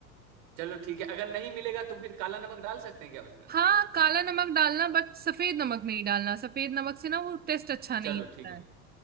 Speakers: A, on the right (about 50°); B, on the right (about 20°).
A: चलो ठीक है अगर नहीं मिलेगा तो फिर काला नमक डाल सकते हैं क्या उसमें
B: हाँ काला नमक डालना बट सफेद नमक नहीं डालना सफेद नमक से ना वो टेस्ट अच्छा नहीं
A: चलो
B: रहता
A: ठीक है
B: है